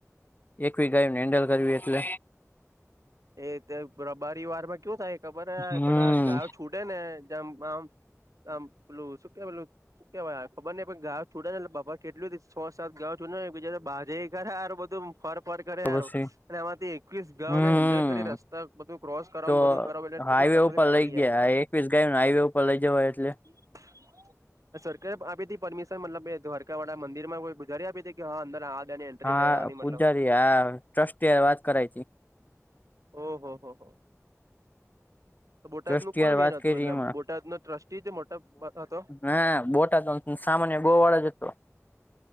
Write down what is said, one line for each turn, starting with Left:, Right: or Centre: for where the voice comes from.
Left: એકવી ગાયને હેન્ડલ કરવી એટલે
Right: એ રબારી વાર માં કું થાય ખબર હ
Left: હમ
Right: બધા ગ કુડે ને જેમ આમ આમ પેલું સુકે પેલું કેવાય ખબર ન ગાં છોડે ને બાપા કેટલીું છ સાત ગાં છોડે જયારે બાજે કરરેારું બધું ફર પર કરેાર
Left: તો પછી
Right: અને એમાંથી એકવીસ
Left: હમ
Right: હેન્ડલ કરી રસ્તા બધું ક્રોસ કરવાનું
Left: તો
Right: બધું કર એટલેટલું
Left: હાઈવે
Right: તકલીફ
Left: ઉપર લઈ
Right: પડી જાય
Left: એકવીસ ગાયનેાઈવે ઉપર લઈ જવાય એટલે
Right: <inaudible> સરકારે આપી હતી પરમિશન મતલબ દ્વારકા વાળ મદિરમાં કોઈ બુજારી આપી હતી કે હા અંદર ગાયની એન્ટ્રી
Left: હા
Right: લેવાની મતલબ
Left: પૂજારી હા ટ્રસ્ટ વાત કરાય છે.
Right: ઓહ હો હો બોટાદ
Left: ટ્રસ્ટી
Right: નું કોણ
Left: હારે
Right: મેન
Left: વાત
Right: હતું
Left: કયરી
Right: એટલે
Left: એમાં
Right: બોટાદ ન ટ્રસ્ટી જે મોટા હતો
Left: હા બોટા તો સામાન્ય બો વાળા જતો